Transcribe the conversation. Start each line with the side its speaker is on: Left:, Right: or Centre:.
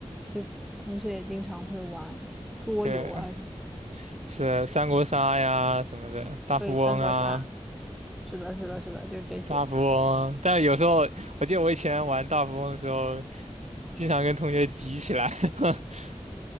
Centre: 就同学也经常会玩桌游啊什么，
Right: 对，是三国杀呀什么的，大富翁啊，
Centre: 对三国杀。是的，是的，是的，就这些。
Right: 大富翁啊但有时候我记得我以前玩大富翁的时候，经常跟同学急起来。<laughs>